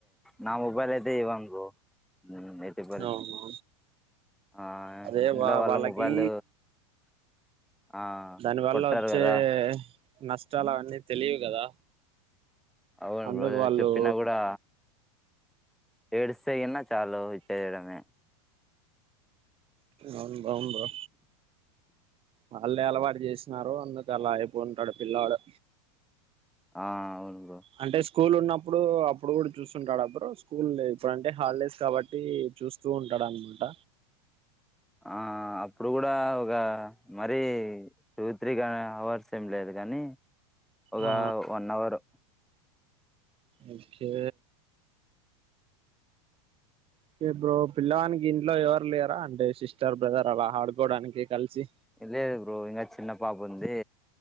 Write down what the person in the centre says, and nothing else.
నా మొబైల్ది టే ఇవ్వను బ్రో ఎట్టి పరిస్థితి
ఆ
ఇంట్లో
వాళ్ళ
మొబైల్ ఆ
కొట్టారు
కదా
అవును
బ్రో
చెప్పినా కూడా ఏడు సే ఎన్న చాలు ఇచ్చేయడమే
ఆ అవును బ్రో
ఆ అప్పుడు కూడా ఒక మరీ టూ త్రీ గా అవర్స్ ఏమి లేదు కానీ ఒక
one hour
లేదు బ్రో ఇంగ చిన్న పాప ఉంది